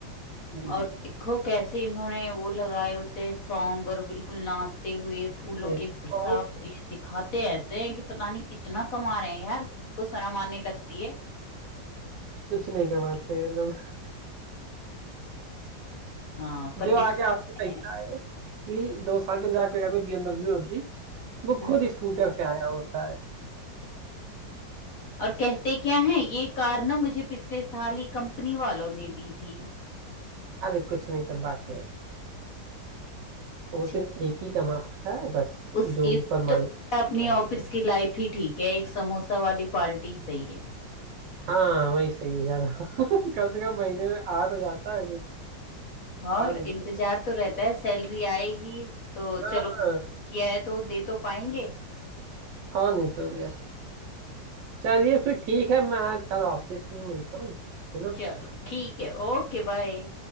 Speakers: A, on the right; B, on the left.
A: जी
B: और देखो कैसे इन्होंने वो लगाए होते हैं सॉन्ग और बिल्कुल नाचते हुए फूलों
A: ये
B: की वर्षा
A: बहुत
B: और ये दिखाते ऐसे हैं कि पता नहीं कितना कमा रहे हैं यार खुद को शर्म आने लगती है
A: कुछ नहीं कमाते ये लोग
B: हाँ पर
A: जो
B: दिखाते
A: आगे हाथ से पैसा
B: हैं
A: आए कि दो साल के अंदर आपके घर में बीएमडब्ल्यू होगी वो
B: हम्म।
A: खुद स्कूटर से आया होता है
B: और कहते क्या है ये कार ना मुझे पिछले साल ही कंपनी वालों ने दी थी
A: अरे कुछ नहीं सब बातें हैं वो
B: छे,
A: सिर्फ एक ही कमा पाता है बस
B: उस
A: जो
B: इस
A: ऊपर
B: तो
A: मालिक
B: अपनी
A: होता
B: ऑफिस
A: है
B: की लाइफ ही ठीक है एक समोसा वाली पार्टी सही है
A: हाँ वही सही है ज्यादा <laughs> कम से कम महीने में आ तो जाता है कुछ
B: और
A: हाँ नहीं
B: इंतजार
A: तो क्या
B: तो रहता है सैलरी आएगी तो चलो
A: हाँ
B: किया है तो दे तो पाएंगे
A: हाँ नहीं तो क्या चलिए फिर ठीक है मैं कल ऑफिस में मिलता हूँ है ना
B: चलो ठीक है ओके बाय